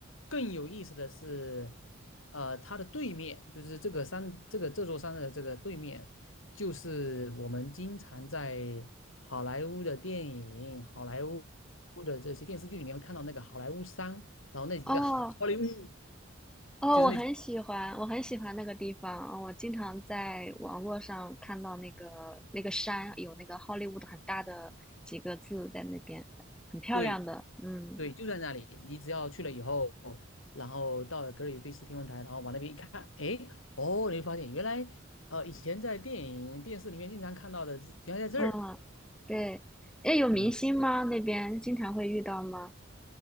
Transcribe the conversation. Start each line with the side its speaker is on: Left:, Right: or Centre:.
Left: 更有意思的是，呃，它的对面就是这个山，这个这座山的这个对面，就是我们经常在好莱坞的电影、好莱坞的这些电视剧里面会看到那个好莱坞山，然后那几个好好莱坞，
Centre: 哦
Left: 嗯
Centre: 哦，
Left: 就是那几
Centre: 我很喜欢，我很喜欢那个地方。哦我经常在网络上看到那个那个山有那个好莱坞的很大的几个字在那边，很漂亮的。
Left: 对。
Centre: 嗯。
Left: 对，就在那里。你只要去了以后，然后到了格里菲斯天文台，然后往那边一看，哎，哦，你会发现原来，呃，以前在电影、电视里面经常看到的，原来在这儿。
Centre: 嗯，对，哎，有明星吗？
Left: 嗯，
Centre: 那边经常会遇到吗？